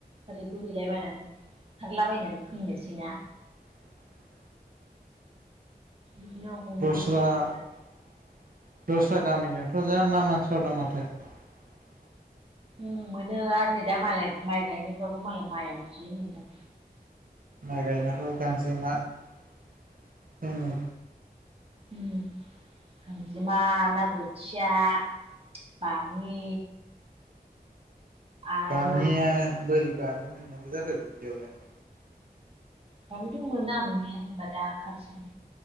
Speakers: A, on the right; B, on the right.
A: ओरैबोहैलायबायनानै खारलाबायनानै फैनोसैना
B: <inaudible>
A: बेखौनो हमोबो
B: दस्रा
A: सोरबा सोरबा
B: <inaudible> दस्रा गामिजोंथ' जा ना मोनसावदों माथो द <unintelligible>
A: उम मोनो आरो नै दा मालाय माइ गायनायफ्राबो मालाय माइआवनो जि मोनदों
B: माइ गायनायखौ गांजेमा <inaudible> मोनो।
A: उम गांजेमा ना बोथिया <inaudible> बामि आरो
B: बामिया बोरै बामि मोननांगौ जाखो दुब्लियावलाय
A: बामिथ' मोना मोननायया जेनेबा दा ओंखारसिगोन।